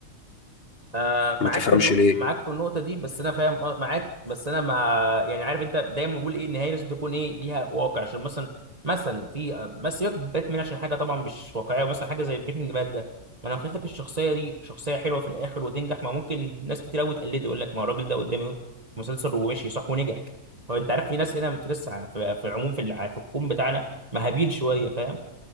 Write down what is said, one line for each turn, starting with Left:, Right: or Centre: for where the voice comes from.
Right: آه
Left: ما
Right: معاك
Left: تفهمش
Right: في النق...
Left: ليه
Right: معاك في النقطة دي بس أنا فاهم آه، معاك بس أنا ما يعني عارف أنت دايما بقول إيه النهاية لازم تكون إيه ليها واقع عشان مثلا مثلا في آه، بس سيبك من باتمان عشان حاجة طبعا مش واقعية ومثلا حاجة زي بريكنج باد ده ما أنا قلت لك الشخصية دي شخصية حلوة في الآخر وتنجح ما ممكن ناس كتير أوي تقلده يقول لك ما هو الراجل ده قدامي مسلسل ومشي صح ونجح هو أنت عارف في ناس هنا في لسه في, في العموم في الع- في الكون بتاعنا مهابيل شوية فاهم